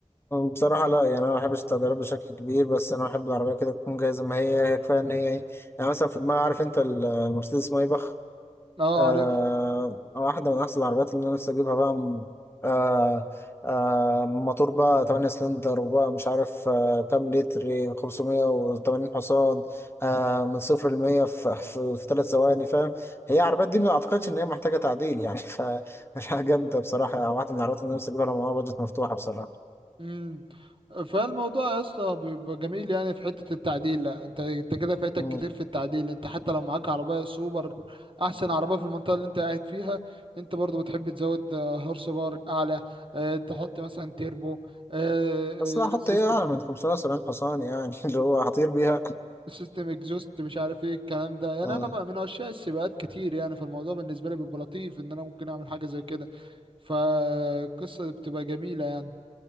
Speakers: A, on the left (about 20°); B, on the right (about 45°).
A: بصراحة لا يعني أنا ما بحبش التغييرات بشكل كبير بس أنا بحب العربية كده تكون جاية زي ما هي هي كفاية إن هي إيه يعني مثلا في دماغي عارف أنت المرسيدس مايباخ
B: اه
A: آه
B: عارف
A: آه، واحدة من أحسن العربيات اللي أنا نفسي أجيبها بقى م- آه آه موتور بقى 8 سلندر وبقى مش عارف آه كام لتر 580 حصان آه من صفر لمية في, في, في ثلاث ثواني فاهم هي العربيات دي ما أعتقدش إن هي محتاجة تعديل يعني <laughs> فمش حاجة جامدة بصراحة يعني واحدة من العربيات اللي أنا نفسي أجيبها لو معاها بادجت مفتوحة بصراحة
B: امم فالموضوع يا اسطى بيبقى جميل يعني في حته التعديل لا انت انت كده فايتك
A: مم.
B: كتير في التعديل انت حتى لو معاك عربيه سوبر احسن عربيه في المنطقه اللي انت قاعد فيها انت برضو بتحب تزود آه، هورس باور اعلى آه، تحط مثلا تيربو آه،
A: بس لا أحط
B: آه، سيستم
A: إيه أعلى من 570 حصان يعني <laughs> اللي هو هطير بيها
B: سيستم اكزوست مش عارف ايه الكلام ده يعني
A: آه.
B: انا بقى من عشاق السباقات كتير يعني فالموضوع بالنسبه لي بيبقى لطيف ان انا ممكن اعمل حاجه زي كده فالقصه بتبقى جميله يعني